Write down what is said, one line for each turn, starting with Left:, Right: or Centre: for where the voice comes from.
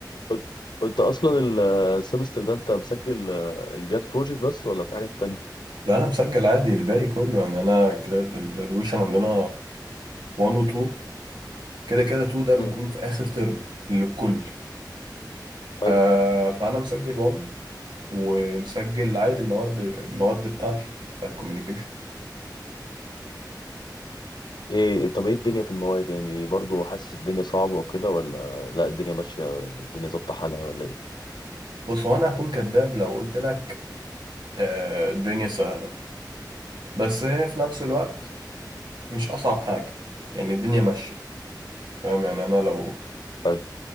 Left: قلت قلت اصلا ال- السمستر ده انت مسجل آه، الجاد بروجكت بس ولا في حاجات تانية
Right: لا انا مسجل عادي الباقي كله يعني انا الجرادويشن عندنا 1 و 2 كده كده 2 ده
Left: امم
Right: بيكون في اخر ترم للكل
Left: حلو
Right: آه، فانا مسجل 1 ومسجل عادي المواد المواد بتاعتي بتاعت الكوميونيكيشن
Left: ايه طب ايه الدنيا في المواد يعني برضو حاسس الدنيا صعبه وكده ولا لا الدنيا ماشيه الدنيا ظابطه حالها ولا ايه
Right: بص هو انا هكون كداب لو قلت لك آه الدنيا سهله بس هي في نفس الوقت
Left: مم.
Right: مش اصعب حاجه يعني الدنيا ماشيه فاهم يعني انا لو
Left: حلو